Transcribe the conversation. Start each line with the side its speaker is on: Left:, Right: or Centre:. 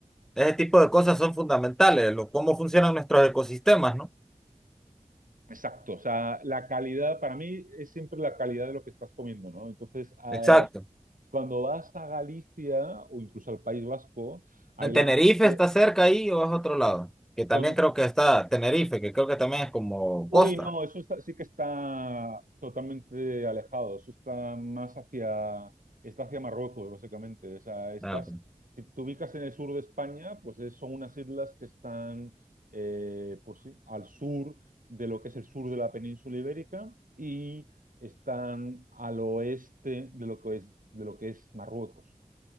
Centre: Ese tipo de cosas son fundamentales, lo, cómo funcionan nuestros ecosistemas, ¿no?
Right: Exacto, o sea, la calidad para mí es siempre la calidad de lo que estás comiendo, ¿no? Entonces, eh,
Centre: Exacto.
Right: cuando vas a Galicia o incluso al País Vasco, ahí
Centre: En
Right: la
Centre: Tenerife
Right: verdad es
Centre: está
Right: que
Centre: cerca ahí o es otro lado, que también
Right: don-
Centre: creo que está Tenerife, que creo que también es como
Right: Uy,
Centre: costa.
Right: no, eso está- sí que está totalmente alejado. Eso está más hacia, está hacia Marruecos, básicamente. O sea, estás,
Centre: Ah, ok.
Right: si te ubicas en el sur de España, pues es- son unas islas que están, eh, pues sí, al sur de lo que es el sur de la península ibérica y están al oeste de lo que es, de lo que es Marruecos.